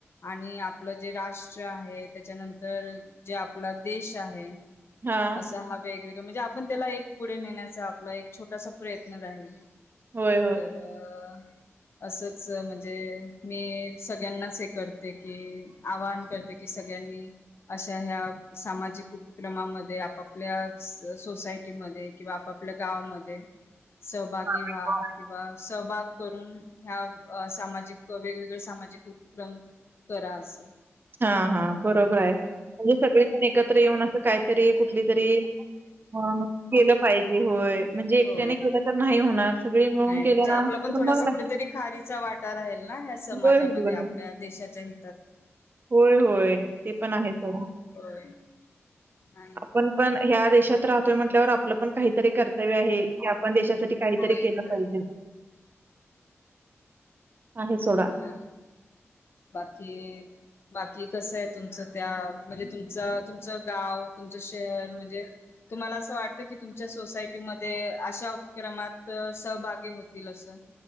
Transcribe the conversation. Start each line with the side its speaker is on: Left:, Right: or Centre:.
Left: आणि आपलं जे राष्ट्र आहे, त्याच्यानंतर जे आपला देश आहे.
Right: हा
Left: असं हावे- म्हणजे आपण त्याला एक पुढे नेण्याचा आपला एक छोटासा प्रयत्न राहील.
Right: होय
Left: तल्या असत. अस म्हणजे, मी सगळ्यांनाच एक करते कि, आवाहन करते कि, सगळ्यांनी अशा ह्या सामाजिक उपक्रमामध्ये, आपापल्या सोसायटीमध्ये किंवा आपापल्या गावामध्ये सहभागी
Right: होय
Left: व्हा. सहभाग करून, ह्या सामाजिक वेगवेगळे सामाजिक उपक्रम करा असं.
Right: हा हा. बरोबर हाय म्हणजे सगळी जण एकत्र येऊन असं काय तरी, कुठली तरी, केलं पाहिजे. होय म्हणजे एकट्याने
Left: हो
Right: केलं तर नाही होणार. सगळे मिळून
Left: नाही
Right: केलं
Left: म्हणजे,
Right: ना
Left: आपला पण
Right: तर
Left: थोडासा
Right: मग
Left: कुठेतरी खारीचा वाटा राहील ना, ह्या समाजामध्ये,
Right: होय, होय.
Left: आपल्या देशाच्या ही
Right: होय होय. ते पण आहे, ओ
Left: होय आणि
Right: आपण पण ह्या देशात राहतोय म्हटल्यावर आप आपलं पण काहीतरी कर्तव्य आहे कि, आपण देशासाठी काहीतरी
Left: होय
Right: केलं
Left: होय
Right: पाहिजेल. आहे सोडा.
Left: अ बाकी बा- कि कसंय तुमचं त्या म्हणजे तु- च- तुमचं गाव तुमचं शहर म्हणजे- तुम्हाला असं वाटतं की तुमच्या सोसायटीमध्ये अशा उपक्रमात सहभागी होतील असं.